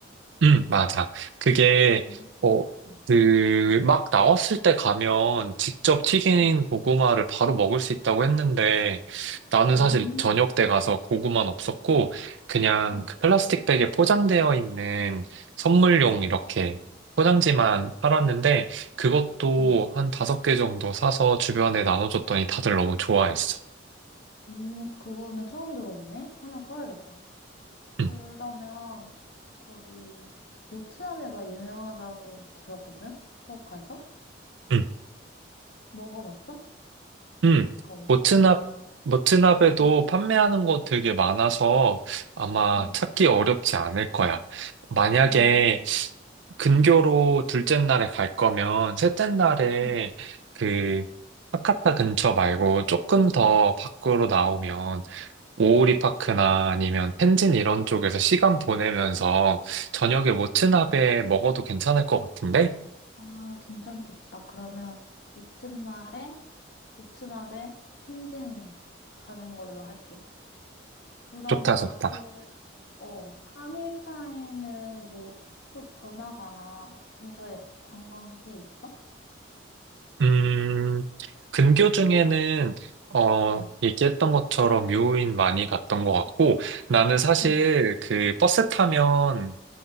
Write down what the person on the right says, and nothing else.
응, 맞아. 그게,
어,
그, 막 나왔을 때 가면 직접 튀긴
고구마를 바로 먹을 수 있다고 했는데, 나는 사실
저녁 때 가서 고구마는 없었고, 그냥
그 플라스틱 백에 포장되어 있는 선물용 이렇게
포장지만 팔았는데, 그것도
한 다섯 개 정도 사서 주변에 나눠줬더니 다들 너무 좋아했어.
응,
응.
음,
모트납, 모트납에도
판매하는 곳 되게 많아서 아마
찾기 어렵지 않을 거야. 만약에
근교로 둘째 날에 갈 거면 셋째 날에
그 하카타 근처 말고 조금 더 밖으로 나오면 오오리
파크나 아니면 텐진 이런 쪽에서 시간 보내면서 저녁에 모트납에
먹어도 괜찮을 것 같은데?
좋다, 좋다.
음, 근교 중에는, 어,
얘기했던 것처럼 묘인 많이 갔던 것 같고, 나는 사실
그 버스 타면